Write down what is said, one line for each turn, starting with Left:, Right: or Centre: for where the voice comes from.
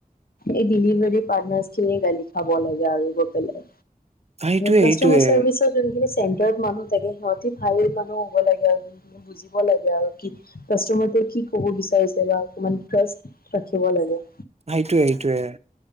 Left: এই ডেলিভাৰী পাৰ্টনাৰচ খিনিয়ে গালি খাব লাগে আৰু গৈ পেলাই
Right: সেইটোয়ে
Left: কাষ্টমাৰ
Right: সেইটোয়ে
Left: চাৰ্ভিচৰ যোনখিনি চেণ্টাৰ মানুহ থাকে সিহঁতি ভাল মানুহ হ'ব লাগে আৰু যোনখিনি বুজিব লাগে কাষ্টামাৰটোৱে কি কব বিচাৰিছে বা অকমান টেষ্ট ৰাখিব লাগে
Right: সেইটোৱে সেইটোৱে